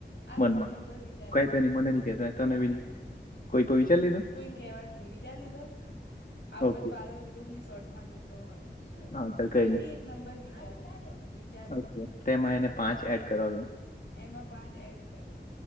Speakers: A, on the left (about 80°); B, on the left (about 50°).
A: આરું
B: મનમાં
A: એક નંબર વિચાર
B: કઈ
A: કોઈ
B: તને
A: પણ
B: મને નહીં કહેતો તને બી નહીં કોઈ પણ વિચારી લીધો
A: કોઈ કેવાનું નઈિ વિચાર લીધો આવું
B: ઓકે
A: બધું આરો યુટ્યુબ ની શોર્ટસમાં જો. તો હોય શું
B: હા ચાલ
A: કોઈ
B: કઈ નહીં
A: બી એક નંબર વિચાર વિચાર્યો.
B: ઓકે તેમાં એને પાંચ એડ કરવાે.
A: એમાં પાંચ એડ કર